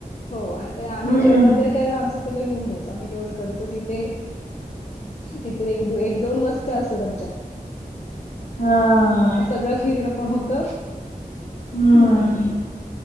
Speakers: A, on the left (about 50°); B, on the left (about 65°).
A: हो आणि आम्ही
B: हम्म
A: जेवण वगैरे काय तर आमचं सगळं घेऊन जातो आम्ही जेवण करतो तीते तितलं एक दोन वस्त्या असतात आमच्या.
B: हा.
A: मग सगळं फिरणं पण होत
B: हम्म
A: जम्हण तो.